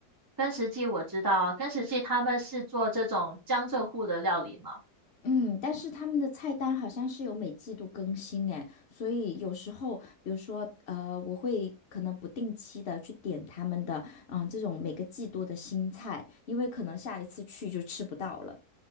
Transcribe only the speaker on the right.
根石记我知道，根石记他们是做这种江浙沪的料理嘛。